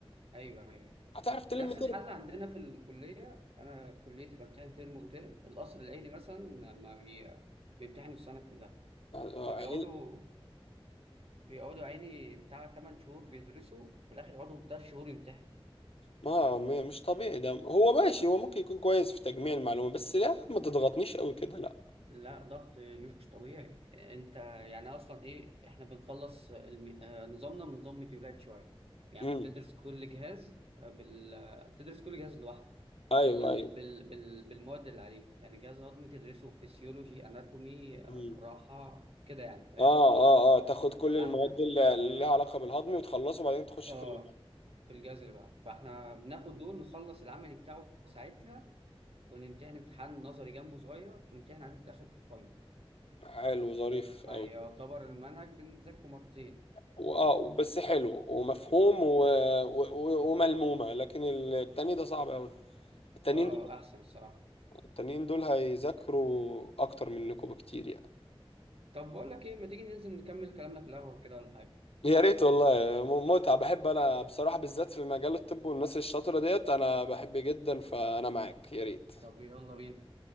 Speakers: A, on the right; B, on the left.
A: أيوه أيوه
B: هتعرف تلم
A: نفس الحل عندنا في الكلية أنا كليتي بمتحن ترم وترم القصر العيني مثلا ما بي... بيمتحنوا السنة كلها
B: ترم
A: فبيقعدوا بيقعدوا عيني بتاع 8 شهور بيدرسوا في الاخر يقعدوا 3 شهور يمتحنوا
B: ما ما- مش طبيعي ده هو ماشي هو ممكن يكون كويس في تجميع المعلومات بس لا ما تضغطنيش قوي كده لا
A: لا ضغط مش طبيعي انت يعني اصلا ايه احنا بنخلص الم... آه، نظامنا من نظام مديولات شويه يعني
B: امم
A: بتدرس كل جهاز آه، بال... آه، تدرس كل جهاز لوحده
B: ايوه
A: بال...
B: ايوه
A: بال... بال... بالمواد اللي عليه يعني جهاز هضمي تدرسه فيسيولوجي اناتومي آه،
B: امم
A: جراحه كده يعني فاهم
B: اه اه اه تاخد كل
A: فاحنا
B: المواد اللي اللي ليها علاقه بالهضم وتخلصه وبعدين تخش
A: اه
B: في اللي
A: في الجهاز اللي بعده فاحنا بناخد دول نخلص العمل بتاعه ساعتها ونمتحن امتحان نظري جنبه صغير ونمتحن عليه في الآخر في الفاينل
B: بعده. حلو ظريف
A: فيعتبر
B: قوي
A: المنهج بنذاكره مرتين
B: واه بس حلو ومفهوم و... و... و... وملمومه لكن التاني ده صعب قوي التانيين
A: اه
B: دول
A: أحسن الصراحة
B: التانيين دول هيذاكروا اكتر منكم بكتير يعني
A: طب بقول لك إيه ما تيجي ننزل نكمل كلامنا في القهوة كده ولا حاجة
B: يا ريت والله م- متعة بحب انا بصراحة بالذات في مجال الطب والناس الشاطرة ديت انا بحب جدا فانا معاك يا ريت
A: طب يلا بينا